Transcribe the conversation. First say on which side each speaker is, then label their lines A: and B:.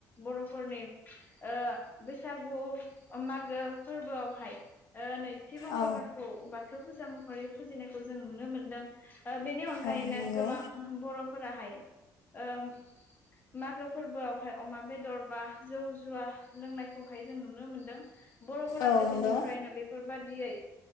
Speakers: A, on the left (about 25°); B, on the left (about 70°).
A: बरफोरनि ओ बैसागु मागो फोरबोआवहाय नै थि मंगलबारखौ
B: औ
A: बाथौ फुजा महरै फुजिनायखौ जों नुनो मोनदों। बेनि अनगायैनो
B: औ नंगौ
A: गोबां बर फोराहाय ओ मागो फोरबोआवहाय अमा बेदर बा जौ जुवा लोंनायखौहाय जों नुनो मोनदों बरफोरा
B: औ
A: गोदोनिफ्रायनो
B: नंगौ
A: बेफोरबादियै